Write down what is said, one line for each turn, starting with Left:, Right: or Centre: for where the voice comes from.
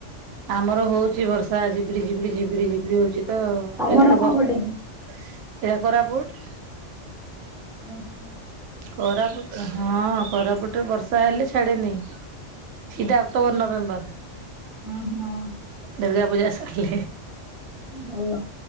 Right: ଆମର ହଉଛି ବର୍ଷା ଝିପିରିି ଝିପିରିି ଝିପିରି ଝିପିରି ହଉଛି ତ
Centre: ତମର
Right: ଏଠି ତ
Centre: କୋଉ
Right: ବର୍
Centre: ପଟେ କି?
Right: ଏହା କୋରାପୁଟ।
Centre: ଓହୋ।
Right: କୋରାପୁଟ <unintelligible> ହଁ କରାପୁଟରେ ବର୍ଷା ହେଲେ ଛାଡ଼େ ନି ସିଧା ଅକ୍ଟୋବର, ନଭେମ୍ବର।
Centre: ଅଁ ହଁ।
Right: ଦୁର୍ଗା ପୂଜା ସରିଲେ
Centre: ଭଲ